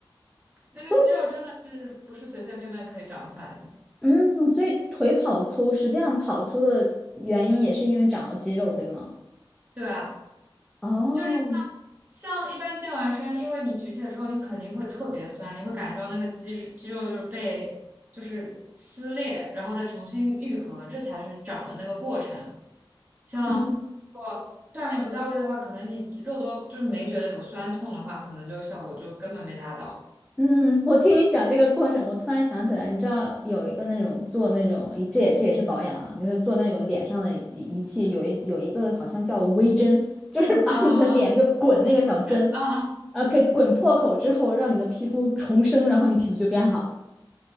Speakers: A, on the right; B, in the centre.
A: 那个肌肉真的是不是随随便便可以长出来的，
B: 所以嗯，所以腿跑粗，实际上跑粗的原因也是因为长了肌肉，对吗？
A: 对啊，
B: 哦，
A: 就是像像一般健完身，因为你举铁之后，你肯定会特别酸，你会感觉到那个肌肌肉就是被就是撕裂，然后再重新愈合，这才是长的那个过程。像如果锻炼不到位的话，
B: 嗯。
A: 可能你肉都就是没觉得有酸痛的话，可能就效果就根本没达到。
B: 嗯，我听你讲这个过程，我突然想起来，你知道有一个那种做那种，这也这也是保养啊，就是做那种脸上的仪器，有一有一个好像叫微针，就是把你的脸就滚那个小针，
A: 啊啊啊啊啊！
B: 呃，给滚破口之后，让你的皮肤重生，然后你皮肤就变好。